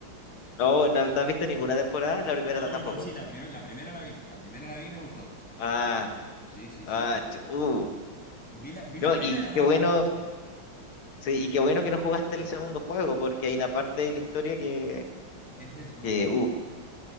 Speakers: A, on the left; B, in the centre.
A: No, no, no has visto ninguna temporada, la primera
B: No, no,
A: tampoco.
B: no, sí, la primera, la primera la vi. La primera la vi y me gustó.
A: Ah,
B: Sí, sí, sí.
A: ah, chu- uh.
B: Vi la, vi
A: No,
B: la primera
A: y, y qué
B: nada
A: bueno,
B: más.
A: sí, y qué bueno que no jugaste el segundo juego, porque hay una parte de la historia que,
B: Es del segundo
A: que
B: juego.
A: uh,